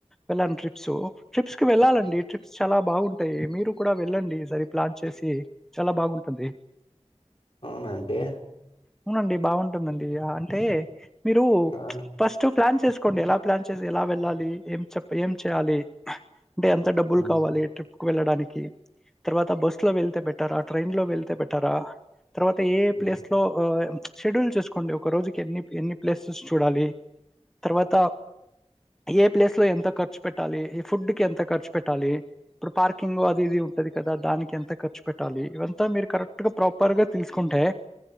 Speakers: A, in the centre; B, on the left.
A: వెళ్ళను ట్రిప్స్ ట్రిప్స్ కి వెళ్ళాలండి ట్రిప్స్ చాలా బాగున్ ంటాయి మీరు కూడా వెళ్ళండి సరి ప్లాన్ చేసి చాలా బాగుంట అంతె
B: అవునఅండి
A: అవునండి బాగుంటుందండి అంటే మీరు
B: ఆ
A: ఫస్ట్ ప్లాన్ చేసుకోండి ఎలా ప్లాన్ చేసి ఎలా వెళ్ళాలి ఏం చెప ఏం చేయాలి అంటే ఎంత డబ్బులు
B: మ్మ్
A: కావాలి ట్రిప్ కు వెళ్ళడానికి తర్వాత బస్ లో వెళ్తే బెట్ టార ట్రైన్ లో వెల్త్ తె బెటరా తర్వాత ఏ
B: మ్మ్
A: ప్లేస్ లో ఆ ప్చ్ షెడ్యూల్ చేసుకోండి ఒక రోజుకి ఎన్ని ఎన్ని ప్లేసెస్ చూడాలి తర్వాత ఏ ప్లేస్ లో ఎంత ఖర్చు పెట్టాలి ఏ ఫుడ్ కి ఎంత ఖర్చు పెట్టాలి ఇప్పుడు పార్కింగ్ అది ఇది ఉంటది కదా దానికి ఎంత ఖర్చు పెట్టాలి ఇవంతా మీరు కరెక్ట్ గా ప్రాపర్ గా తెలుసుకుంటే